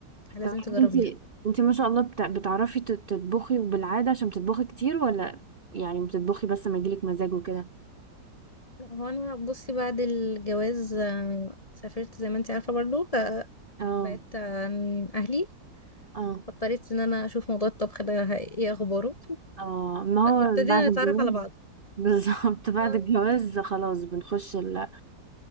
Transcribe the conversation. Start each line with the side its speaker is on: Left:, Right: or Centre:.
Left: لازم
Right: طب يعني
Left: تجربيها
Right: انتي انتي ما شاء الله بتع- بتعرفي تت- تطبخي بالعادة عشان بتطبخي كتير ولا يعني بتطبخي بس ما يجيلك مزاج وكده
Left: لا هو انا بصي بعد الجواز آه، سافرت زي ما انت عارفة برضو
Right: اه
Left: فبعدت عن اهلي
Right: اه
Left: فاضطريت ان انا اشوف موضوع الطبخ ده ايه اخباره
Right: اه ما
Left: فابتدينا
Right: هو بعد الجواز
Left: نتعرف على بعض
Right: <laughs> بالظبط بعد
Left: آه،
Right: الجواز خلاص بنخش بقى-